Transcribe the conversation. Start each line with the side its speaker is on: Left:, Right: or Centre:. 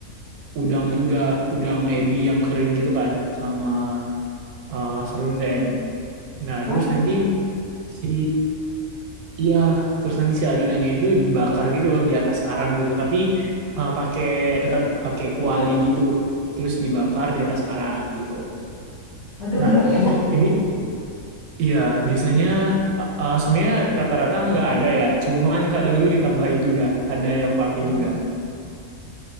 Right: udang juga, udang ebi yang kering gitu kan, sama eh, serundeng. Nah,
Left: Oh,
Right: terus nanti si iya, terus nanti si adonannya itu dibakar gitu loh di atas arang gitu, tapi eh, pakai tetap pakai kuali gitu. Terus dibakar di atas arang gitu.
Left: ada
Right: Nah,
Left: udangnya Mas itu
Right: ini
Left: ya?
Right: Iya, biasanya eh, eh, sebenarnya rata-rata nggak ada ya, cuman kadang tuh ditambahin juga, ada yang pakai
Left: Ah,
Right: juga.